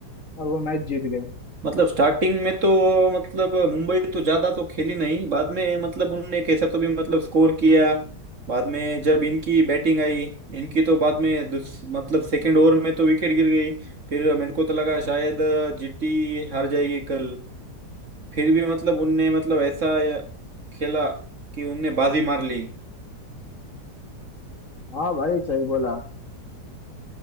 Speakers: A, on the left; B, on the right.
A: और वो मैच जीत गए
B: मतलब स्टार्टिंग में तो मतलब मुंबई तो ज्यादा तो खेली नहीं बाद में मतलब उनने कैसा तो भी मतलब स्कोर किया बाद में जब इनकी बैटिंग आई इनकी तो बाद में दूस- मतलब सेकंड ओवर में तो विकेट गिर गई फिर मेरे को तो लगा शायद जीटी हार जाएगी कल फिर भी मतलब उनने मतलब ऐसा खेला कि उनने बाजी मार ली
A: हाँ भाई सही बोला